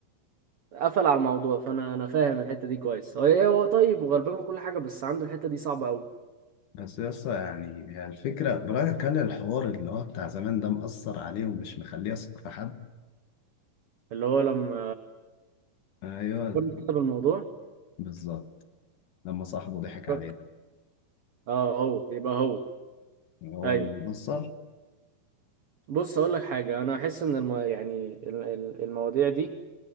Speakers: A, on the right; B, on the left.
A: قفل على الموضوع فانا انا فاهم الحته دي كويس هو إيه، هو طيب وغلبان وكل حاجه بس عنده الحته دي صعبه قوي
B: بس يا اسطى يعني هي الفكرة برايك هل الحوار اللي هو بتاع زمان ده مأثر عليه ومش مخليه يثق في حد
A: اللي هو لما
B: ايوه
A: فكرني كده بالموضوع
B: بالظبط لما صاحبه ضحك
A: فكرت
B: علينا
A: اه هو يبقى هو
B: يعني هو
A: ايوه
B: المنصر
A: بص اقول لك حاجه انا احس ان الم... يعني ال- ال- المواضيع دي